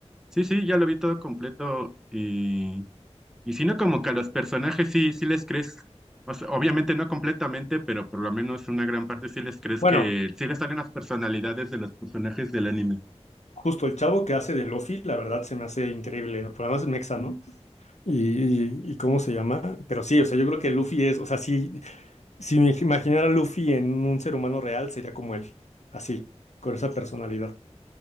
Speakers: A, in the centre; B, on the left (about 80°).
A: sí, sí, ya lo vi todo completo y, y si no, como que a los personajes sí, sí les crees. O sea, obviamente no completamente, pero por lo menos una gran parte sí les crees
B: Bueno,
A: que sí les salen las personalidades de los personajes del anime.
B: justo el chavo que hace de Luffy, la verdad se me hace increíble. Por además es mexa, ¿no? Y, y, y cómo se llama, pero sí, o sea, yo creo que Luffy es, o sea, si, si me imaginara a Luffy en un ser humano real, sería como él, así, con esa personalidad.